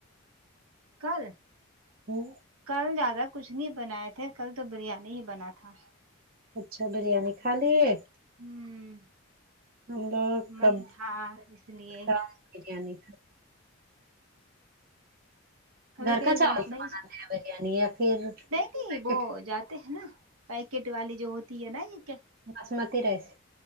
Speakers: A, on the right (about 85°); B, on the right (about 45°).
A: کل
B: ہوں
A: کل زیادہ کچھ نہیں بنائے تھے کل تو بریانی ہی بنا تھا
B: اچھا بریانی کھا لیے
A: ہوں
B: ہم لوگ
A: من
B: کب
A: تھا اس لیے
B: کام بریانی کہ
A: کبھی
B: گھر
A: کبھی
B: کا چاول
A: بنانا
B: سے بناتے ہیں بریانی یا پھر
A: تی
B: پیکٹ
A: وہ جاتے ہیں نا پیکٹ والی جو ہوتی ہے نا یہ کیا
B: باسمتی رائس